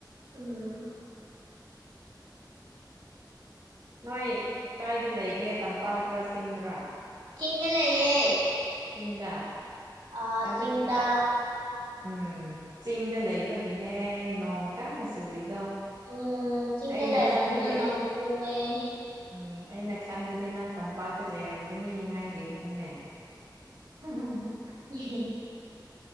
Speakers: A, on the right; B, on the right.
A: ꯎꯝ
B: ꯅꯣꯏ ꯀꯥꯏꯗ ꯂꯩꯒꯦ ꯇꯝꯄꯥꯛꯗꯔꯥ ꯆꯤꯡꯗꯔꯥ
A: ꯆꯤꯡꯅ ꯂꯩꯌꯦ
B: ꯆꯤꯡꯗ
A: ꯑ
B: ꯑꯗꯨꯒꯤ
A: ꯆꯤꯡꯗ
B: ꯎꯝ ꯆꯤꯡꯗ ꯂꯩꯕꯒꯤꯅꯦ ꯅꯣꯡ ꯀꯟꯅ ꯆꯨꯔꯤꯗꯣ
A: ꯎꯝ ꯆꯤꯡꯤꯡꯗꯦ
B: ꯑꯩꯅ
A: ꯂꯌꯕ
B: ꯈꯟꯕꯗꯤ
A: ꯅꯅꯍꯧꯆꯨ ꯑꯦ
B: ꯎꯝ ꯑꯩꯅ ꯈꯟꯕꯗꯤ ꯅꯍ ꯇꯝꯄꯥꯛꯇ ꯂꯩꯔꯝꯒꯅꯤ ꯍꯥꯏꯔꯤꯕꯅꯤꯅꯦ ꯍꯨꯝ ꯍꯨꯝ ꯍꯨꯝ
A: ꯍꯨꯝ ꯍꯨꯝ ꯍꯨꯝ